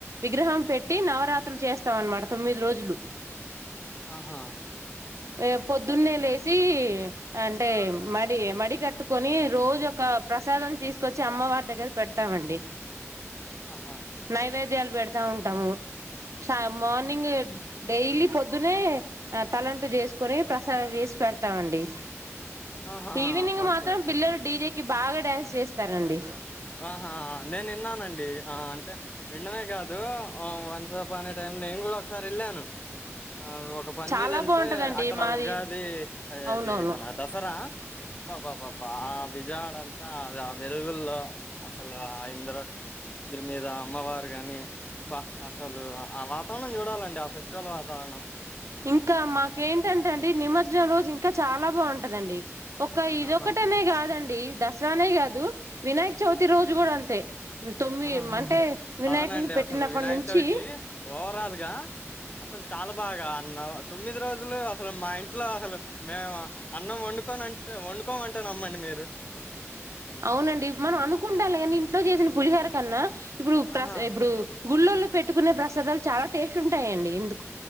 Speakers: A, on the right; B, on the left.
A: విగ్రహం పెట్టి నవరాత్రులు చేస్తాం అనమాట తొమ్మిది రోజులు
B: ఆహా
A: ఏ పొద్దున్నే లేసి అంటే మడి మడి కట్టుకొని రోజు ఒక ప్రసాదం చేస్ కొచ్చే అమ్మవ దగ్గర పెడతామండి
B: ఆహా
A: నైవే వేద్యాలు పెడతా ఉంటాము షా మార్నింగ్ డైలీ పొద్దున్నే ఆ తల టు చేసుకుని ప్రసాదం చేసి పెడతామండి
B: ఆహా
A: ఈవినింగ్
B: ఓకే
A: మాత్రం
B: ఓకే
A: పిల్లలు డీజేకిి బాగా డ్యాన్స్ చేస్తారండి
B: ఆహా నేను యిన్నానండి ఆ అంటే విన్నమే కాదు ఆ వన్ సపానే టైం నేను కూడా ఒకసారి వెళ్ళాను ఆ ఒక పని
A: చాలా
B: మీద యెళ్తే
A: బాగుంటదండి
B: అక్కడ
A: మాది
B: ఉగాది ఆ
A: అవునవును
B: చి మన దసరా బాబా బాబా ఆ విజయవాడ అంతా ఆ వెలుగుల్లో అసలు ఆ ఇంద్రాద్రి మీద అమ్మవారు కాని బా అసలు ఆ వాతావరణం చూడాలండి ఆ ఫెస్టివల్ వాతావరణం
A: ఇంకా మాకేంటంటే అండి నిమజ్జనం రోజు ఇంకా చాలా బాగుంటదండి ఒక ఇదొకటనే
B: ఆహా
A: కాదన్ డి దసరానే కాదు వినాయక చవితి రోజు కూడా అంతే తొమ్మిది
B: ఆహాహా
A: అంటే వినాయకుని
B: అవునండి
A: పెట్టినప్పటి
B: అసలు వినాయక
A: నుంచి
B: చవితి ఓవరాల్గా అసలు చాలా బాగా అన్నం తొమ్మిది రోజులు అసలు మా ఇంట్లో అసలు మేము అన్నం వండుకొనంటే వండుకోమంటే నమ్మండి మీరు
A: అవునండి మనం అనుకుంటాలి కానీ ఇంట్లో చేసిన పులిహార కన్నా ఇప్పుడు ప్రస్
B: ఆహా
A: ఇప్పుడు గుళ్ళలో పెట్టుకునే ప్రసాదాలు చాలా టేస్ట్ ఉంటాయండి ఎందు